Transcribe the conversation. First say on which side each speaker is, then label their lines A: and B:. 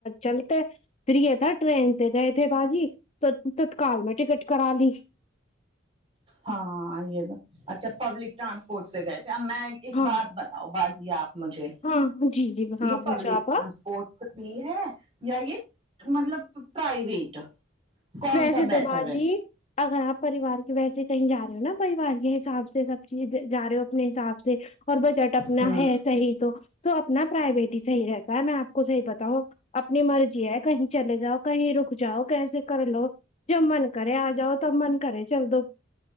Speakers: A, on the left (about 35°); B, on the right (about 30°).
A: چلتے فری تھا ٹرین سے گئے تھے چلو چلتے ہے باجی تو تتکال میں ٹکٹ کرا لی
B: ہاں یہ تو اچھا پبلک ٹرانسپورٹ سے گئے تھے اب میں ایک
A: ہاں
B: بات بتا آو بازی آپ مجھے
A: ہاں جی جی ہاں
B: یہ
A: پوچھو
B: پبلک
A: آپ
B: ٹرانسپورٹ یہ ہے یا یہ مطلب پرائیویٹ کون
A: ویسے
B: سا
A: تو
B: بیٹر
A: باجی
B: ہے
A: اگر آپ پریوار کے ویسے کہیں جا رہے ہو نا پریوار کے حساب سے سب چیز جا رہے ہو اپنے حساب سے سے اور بجٹ اپنا
B: ہ
A: ہے صحیح تو تو اپنا پرائیویٹ ہی صحیح رہتا ہے میں آپ کو صحیح بتاؤں اپنی مرضی ہے کہیں چلے جاؤ کہیں رک جاؤ کیسے کر لو جب من کرے آجاؤ تب من کرے چل دو